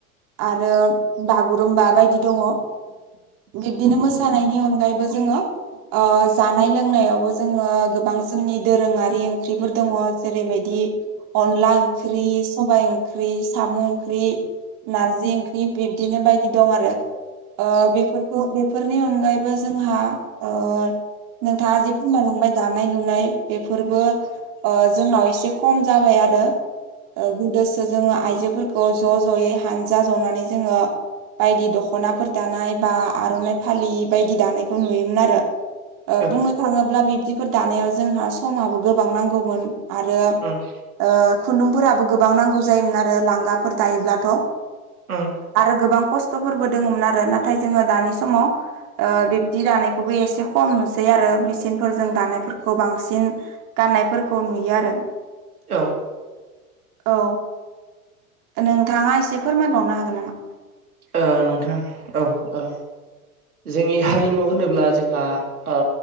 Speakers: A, on the right; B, on the right.
A: आरो बागुरुम्बा बायदि दङ। बिब्दिनो मोसानायनि अनगायैबो जोङो ओ जानाय लोंनायावबो जोङो गोबां जोंनि दोरोङारि ओंख्रिफोर दङ जेरैबायदि अनला ओंख्रि, सबाइ ओंख्रि, साम' ओंख्रि, नार्जि ओंख्रि बिबदिनो बायदि दं आरो। ओ बेफोरखौ बेफोरनि अनगायैबो जोंहा ओ नोंथाङा जि फोरमायलांबाय दानाय लुनाय बेफोरबो जोंनाव एसे खम जाय आरो। गोदोसो जोङो आइजोफोरखौ ज' ज'यै हानजा जनानै जोङो बायदि दख'नाफोर दानाय बा आर'नाइ फालि बायदि दानायखौ नुयोमोन आरो। ओ
B: औ
A: बुंनो थाङोब्ला बिब्दिफोर दानायाव जोंहा समाबो गोबां नांगौमोन। आरो
B: उम।
A: ओ खुन्दुंफोराबो गोबां नांगौ जायोमोन आरो लांगाफोर दायोब्लाथ'।
B: औ
A: आरो गोबां खस्थ'फोरबो दङमोन आरो नाथाय जोङो दानि समाव ओ बिब्दि दानायखौबो एसे खम नुसै आरो मेसिनफोरजों दानाय फोरखौ बांसिन गाननायफोरखौ नुयो आरो।
B: औ।
A: औ नोंथाङा एसे फोरमायबावनो हागोन नामा?
B: ओ नोंथां औ औ। जोंनि हारिमु होनोब्ला जोंहा ओ